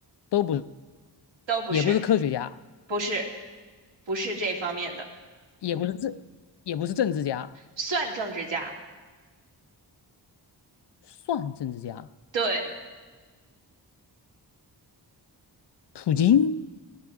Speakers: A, on the left; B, on the right.
A: 都不，
B: 都不是，
A: 也不是科学家。
B: 不是，不是这方面的，
A: 也不是政，也不是政治家，
B: 算政治家，
A: 算政治家。
B: 对，
A: 普京、